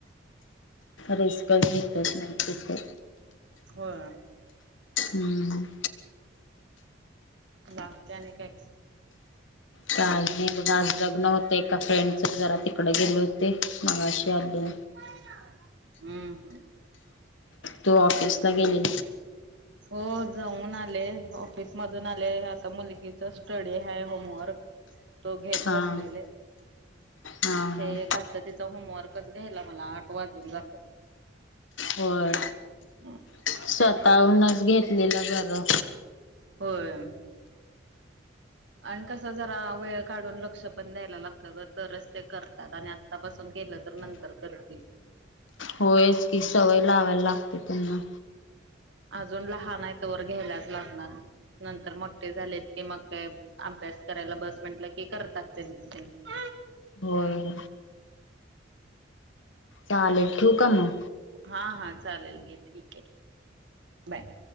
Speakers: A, on the left; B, on the right.
A: रिस्क घेतच नाही तिथं
B: व्हय
A: हम्म
B: बा त्याने काय
A: काही नाही बघा आज लग्न होतं एका फ्रेंडच जरा तिकडे गेले होते. मग अशी आली.
B: हम्म
A: तो ऑफिस ला गेले.
B: हो जाऊन आले ऑफिसमधून आले आता मुलगीचा स्टडी हाय होमवर्क तो घेत
A: हां
B: बसल्याले
A: हां
B: ते
A: हां
B: एक असतं तिथं होमवर्कच घ्यायला मला आठ वाजून जातात.
A: होय
B: हम्म.
A: स्वतःहूनच
B: त्याच्यात
A: घेतलेलं बरं
B: होयं आणि कसं जरा वेळ काढून लक्ष पण द्यायला लागतं ग तरच ते करतात आणि आ तपासून केलं तर नंतर करतील.
A: होयच की सवय लावायला लागते त्यांना
B: अजून लहान आहे तवर घ्यायलाच लागणार नंतर मोठे झालेत की मग काय अभ्यास करायला बस म्हटलं की करतात त्यांच त्यांनी
A: होयं चालेल ठिवू का म
B: हा हा चालेल गे ठीक आहे बाय